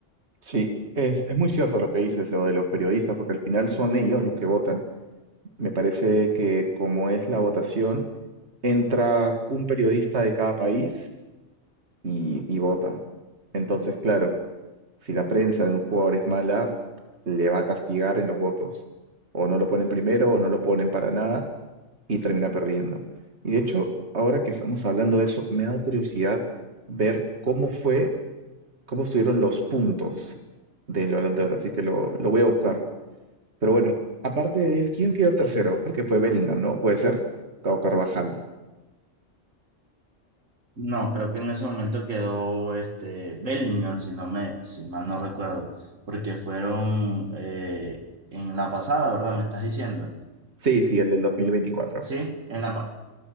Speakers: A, on the right; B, on the right.
A: Sí, es, es muy cierto lo que dices, lo de los periodistas, porque al final son ellos los que votan. Me parece que como es la votación, entra un periodista de cada país y, y vota. Entonces, claro, si la prensa de un jugador es mala, le va a castigar en los votos. O no lo ponen primero o no lo ponen para nada y termina perdiendo. Y de hecho, ahora que estamos hablando de eso, me ha dado curiosidad ver cómo fue cómo estuvieron los puntos del Balón de Oro, así que lo, lo voy a buscar. Pero bueno, aparte de él, ¿quién quedó tercero? Creo que fue Bellingham, ¿no? ¿Puede ser? Cabo Carvajal.
B: No, creo que en ese momento quedó este Bellingham, si no me, si mal no recuerdo, porque fueron eh, en la pasada, ¿verdad? ¿Me estás diciendo?
A: Sí, sí, el del dos mil veinticuatro.
B: Sí, en la, pa-